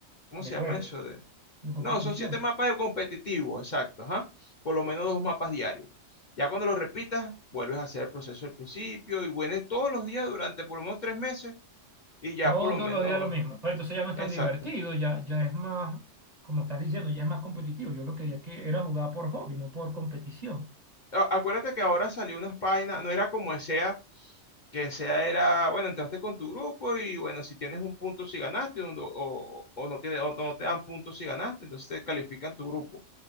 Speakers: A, on the left (about 45°); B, on the right (about 40°).
A: ¿cómo
B: de
A: se
B: juego,
A: llama eso? De,
B: de competición.
A: no, son 7 mapas de competitivo, exacto, ajá. Por lo menos dos mapas diarios. Ya cuando lo repitas, vuelves a hacer el proceso del principio y vuelves todos los días durante por lo menos tres meses y ya
B: Todos
A: por lo menos,
B: los días lo mismo. Pero entonces ya no es tan
A: exacto.
B: divertido, ya, ya es más, como estás diciendo, ya es más competitivo. Yo lo quería que era jugar por hobby, no por competición.
A: A- Acuérdate que ahora salió unas páginas, no era como SEA, que SEA era, bueno, entraste con tu grupo y bueno, si tienes un punto si ganaste o, o- o no tiene- o no te dan puntos si ganaste, entonces te califican tu grupo.